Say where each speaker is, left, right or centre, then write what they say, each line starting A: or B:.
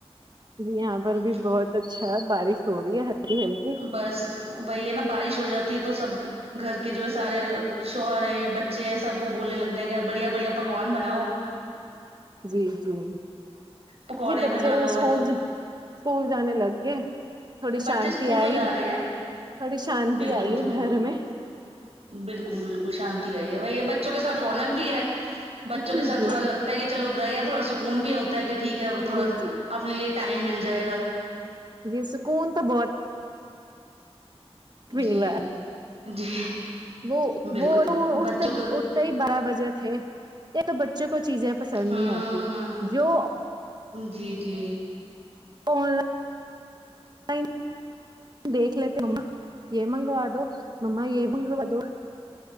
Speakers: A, on the right (about 40°); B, on the right (about 70°).
A: جی یہاں پر بھی
B: ہ
A: بہت اچھا ہے بارش ہو رہی ہے ہلکی ہلکی
B: بس وہی ہے نا بارش ہو جاتی ہے تو سب گھر کے جو ہے سارے شوہر یا بچے ہیں سب وہ بولنے لگ جائیں گے بڑھیا بڑھیا پکوان بناؤ
A: جی جی
B: پکوڑے
A: جی بچے
B: بنا
A: تو
B: لو
A: اسکول
B: اور
A: جا اسکول جانے لگ گے تھوڑی
B: بچے
A: شانتی
B: اسکول تو
A: آئی
B: جا رہے ہیں
A: تھوڑی شانتی
B: بالکل
A: آئی
B: جی
A: ہے
B: بالکل
A: گھر میں
B: بالکل بالکل شانتی آئی ہے بھائی یہ ب بچوں کے ساتھ رونق بھی ہے بچوں
A: جی
B: کے سات
A: جی
B: تھوڑا لگتا ہے کہ چلو گئے ہیں تھوڑا سکون بھی ہوتا ہے کہ ٹھیک تھوڑا
A: جی
B: سا
A: جی
B: اپنے لیے ٹائم مل جائے گا
A: جی سکون تو بہت مل
B: جی
A: رہا
B: جی
A: وہ
B: بالکل
A: وہ اٹھتے
B: بچوں
A: ہیں
B: کو
A: اٹھتے ہی بارہ بجے تھے یہ تو بچوں کو چیزیں پسند
B: ہوں
A: نہیں آتی جو
B: جی جی
A: آن لائن لائن دیکھ لیتے مما یہ منگوا دو ماما یہ منگوا دو